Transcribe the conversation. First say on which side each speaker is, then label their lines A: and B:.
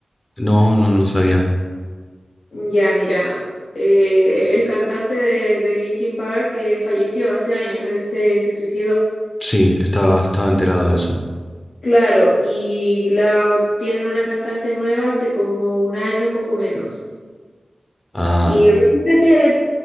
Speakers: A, on the left; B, on the left.
A: no, no, no sabía.
B: Ya, mira, eh, el cantante de, de Linkin Park que falleció hace años, él se, se suicidó.
A: Sí, estaba, estaba enterado de eso.
B: Claro, y la, tienen una cantante nueva hace como un año, poco menos.
A: Ah,
B: Y resulta que